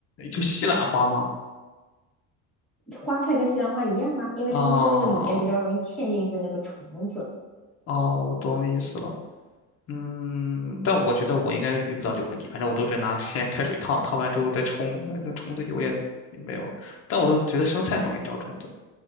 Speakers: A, on the left (about 40°); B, in the centre.
A: 就西兰花吗？
B: 花菜跟西兰花一样啊，因为他们说那个里面比较容易嵌进去那个虫子。
A: 啊，哦，我懂你意思了。嗯，但我觉得我应该遇不到这个问题，反正我都是拿先开水烫，烫完之后再冲，反正虫子有也也没有了。但我都觉得生菜很容易招虫子。